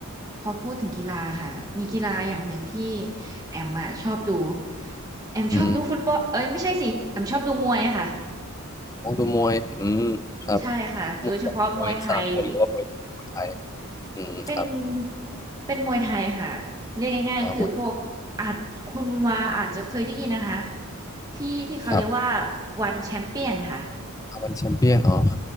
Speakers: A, on the right; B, on the left.
A: พอพูดถึงกีฬาค่ะมีกีฬาอย่างหนึ่งที่แอมอะชอบดูแอมชอบดูฟุตบอลเอ้ยไม่ใช่สิแอมชอบดูมวยอะค่ะ
B: อืมของดูมวยอืมครับ
A: ใช่ค่ะโดยเฉพาะมวยไทยที่
B: มวยแบบมวยสากลหรือว่ามวยไทยอืมครับ
A: เป็นเป็นมวยไทยค่ะเรียกง่ายๆคือพวกอาจคุณวาอาจจะเคยได้ยินนะคะ
B: อ่ามวย
A: ที่ที่เขาเรียกว่า
B: ครับ
A: วันแชมเปี้ยนค่ะ
B: อาวันแชมเปี้ยนอ๋อ